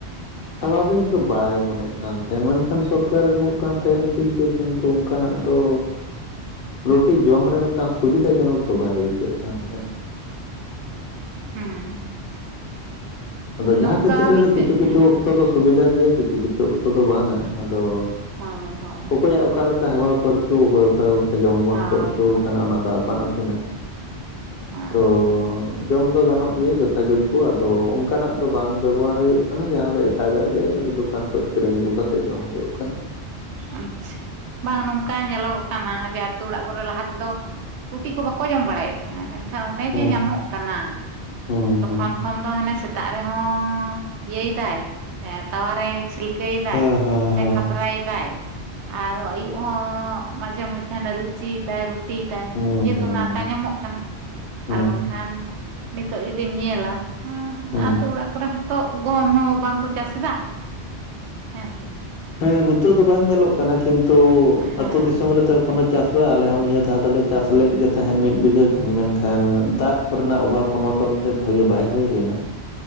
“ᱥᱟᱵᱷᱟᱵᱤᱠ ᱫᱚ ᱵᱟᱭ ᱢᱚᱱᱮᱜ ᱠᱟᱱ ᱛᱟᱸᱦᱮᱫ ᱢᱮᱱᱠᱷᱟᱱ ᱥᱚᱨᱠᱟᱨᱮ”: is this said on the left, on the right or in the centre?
Left